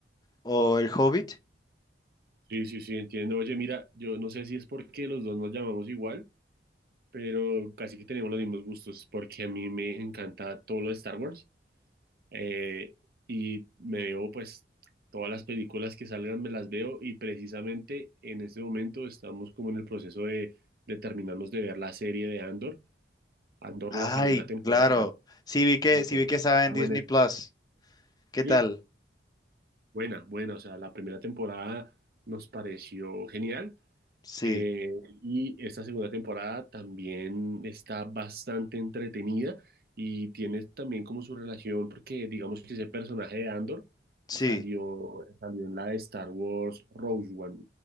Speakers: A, on the left; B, on the right.
A: o El Hobbit.
B: Sí, sí, sí, entiendo. Oye, mira, yo no sé si es porque los dos nos llamamos igual, pero casi que tenemos los mismos gustos, porque a mí me encanta todo lo de Star Wars. Eh, y me veo pues todas las películas que salgan, me las veo y precisamente en este momento estamos como en el proceso de, de terminarnos de ver la serie de Andor, Andor
A: Ay,
B: la segunda temporada.
A: claro. Sí vi que,
B: Entonces,
A: sí vi que estaba
B: estamos
A: en Disney
B: en eso.
A: Plus. ¿Qué
B: Sí,
A: tal?
B: buena, buena, o sea, la primera temporada nos pareció genial.
A: Sí,
B: Eh, y esta segunda temporada también está bastante entretenida y tiene también como su relación, porque digamos que ese personaje de Andor
A: sí.
B: salió, salió en la de Star Wars Rogue One.